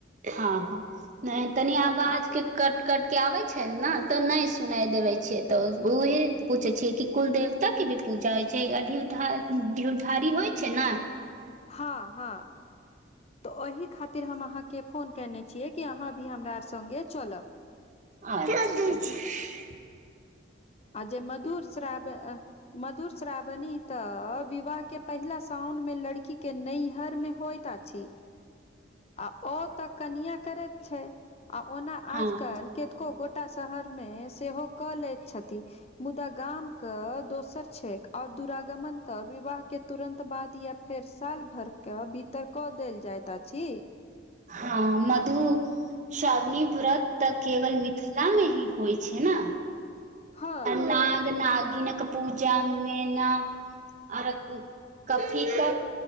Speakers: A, on the right; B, on the left.
A: हँ हँ नय तनी आवाज
B: तऽ
A: केँ कट कटके आबै छनि न तऽ नय सुनाई देबै छै तऽ ओह पूछै छियै कि कुलदेव देवता के भी पूजा होइ छै ढीव ढ़ारी ढीव ढारी होइ छै न
B: हँ हँ तऽ ओहि खातिर हम अहाँके फोन कयने छियै कि अहाँ भी हमरा आर सङ्गे चलब
A: अच्छा <unintelligible>
B: आ जे मधुर श्रा मधुर श्रावणी त विवाह के पहिला साउन मे लड़की के नहिर मे होयत अछि आ ओ तऽ कनिए करति छै आ ओना
A: हँ
B: आज कल केतको गोटा शहर मे सेहो कऽ लति छथि मुदा गाम कऽ दोसर क्षेक आओर दुरागमन तक विवाह के तुरन्त बाद या फेर साल भरके भीतर कऽ देल जाइत अछि
A: हँ मधु श्रावणी व्रत तऽ केवल मिथिला मे ही होइ छै ने
B: हँ
A: नाग नागिनक पूजा मेना आओर कथी तक